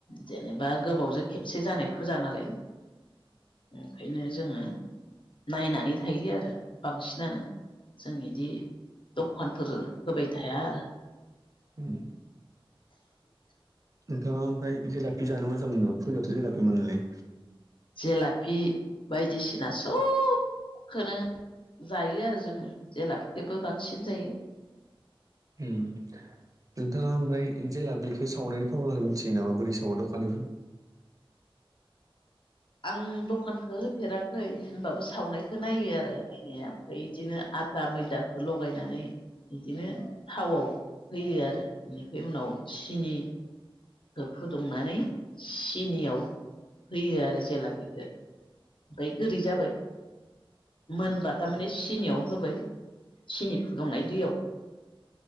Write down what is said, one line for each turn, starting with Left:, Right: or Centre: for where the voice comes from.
Left: जेनेबा गोबावजों खेबसे जानाय फुजा नालाय ओंखायनो जोङो नायनानै थायो आरो बांसिन बिानो जों बिदि दखानफोर होबाय थाया आरो
Right: उम। नोंथाङा ओमफ्राय जेलाफपि जानो मोजां मोनो फैयावथ' जेलाफपि मोनलै
Left: जेलाफि बायदिसिना सबखौनो जायो आरो जोङो जेला फखेबो बांसिन जायो।
Right: उम। नोंथाङा ओमफ्राय जेला बेखौ सावनायनि फरमुलाखौ मिथियो नामा बोरै सावो दखाननिफोर
Left: आं दखानखौ होफेराखै होनबाबो सावनायखौ नायो आरो नायनाया ओमफ्राय बिदिनो आ दा मैदाखौ लगायनानै बिदिनो थावआव होयो आरो। बेनिफ्राय उनाव सिनि फुदुंनानै सिनियाव होयो आरो जेला बेखौ ओमफ्राय गोरै जाबाय मोनबा थारमाने सिनियाव होबाय सिनि फुदुंनाय दैयाव